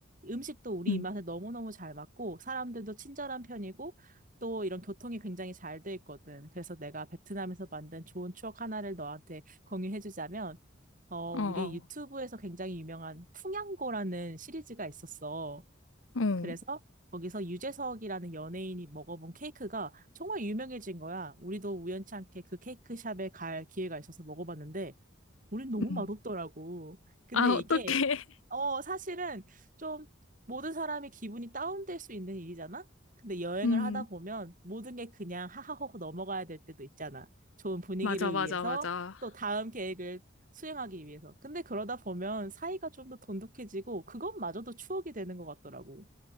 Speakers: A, on the right; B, on the left.
A: 음식도 우리
B: 응
A: 입맛에 너무너무 잘 맞고, 사람들도 친절한 편이고, 또 이런 교통이 굉장히 잘 돼 있거든. 그래서 내가 베트남에서 만든 좋은 추억 하나를 너한테 공유해주자면, 어,
B: 어,
A: 우리
B: 어,
A: 유튜브에서 굉장히 유명한 풍양고라는 시리즈가 있었어.
B: 어,
A: 그래서 거기서 유재석이라는 연예인이 먹어본 케이크가 정말 유명해진 거야. 우리도 우연치 않게 그 케이크 샵에 갈 기회가 있어서 먹어봤는데, 우린 너무
B: 응
A: 맛없더라고. 근데
B: 아,
A: 이게
B: 어떡해. <laughs>
A: 어, 사실은 좀 모든 사람이 기분이 다운될 수 있는 일이잖아? 근데 여행을
B: 음,
A: 하다 보면 모든 게 그냥 하하호호 넘어가야 될 때도 있잖아. 좋은 분위기를
B: 맞아, 맞아,
A: 위해서
B: 맞아.
A: 또 다음 계획을 수행하기 위해서. 근데 그러다 보면 사이가 좀 더 돈독해지고 그것마저도 추억이 되는 것 같더라고.